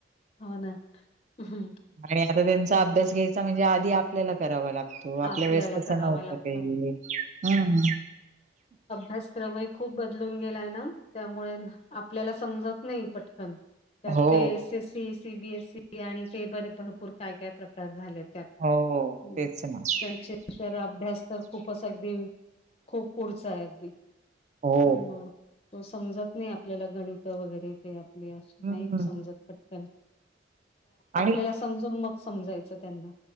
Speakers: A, on the left; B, on the right.
A: होना हम्....
B: आणि आता त्यांचा अभ्यास घ्यायचा म्हणजे आधी आपल्याला करावा लागतो.... त आपल्या
A: आपल्याला
B: वेळेस तसं
A: करावं
B: नव्हत
A: लागतं.
B: काही हम.....
A: अभ्यासक्रम..... खूप बदलून गेलाय ना त्यामुळे आपल्याला समजत नाही पटकन.... त्यात
B: हो,
A: ते एसएससी सीबीएससी आणि ते बरे भरपूर काय काय प्रकार झाले.... त्यात.
B: हो
A: हं.
B: तेच समज...
A: त्यांचे तर अभ्यास तर खूपच अगदी खूप पुढचा आहे अगदी.
B: हो.
A: मग तो समजत नाही आपल्याला गणित वगैरे ते.... नाही
B: हं.
A: समजत पटकन
B: आणि
A: आपल्याला.... समजून मग समजायचं त्यांना...